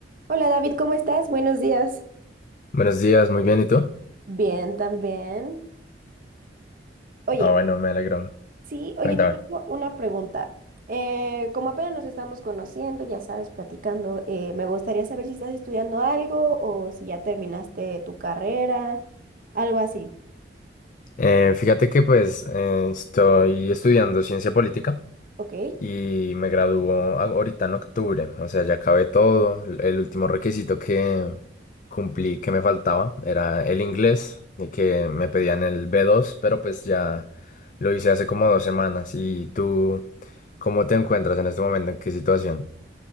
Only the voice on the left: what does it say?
Buenos días, muy bien, ¿y tú?
Ah, bueno, me alegro.
Cuéntame.
Eh, fíjate que pues eh, estoy estudiando ciencia política
y me gradúo a- ahorita en octubre, o sea, ya acabé todo. L- El último requisito que cumplí que me faltaba era el inglés, y que me pedían el b dos, pero pues ya lo hice hace como dos semanas. ¿Y tú cómo te encuentras en este momento? ¿En qué situación?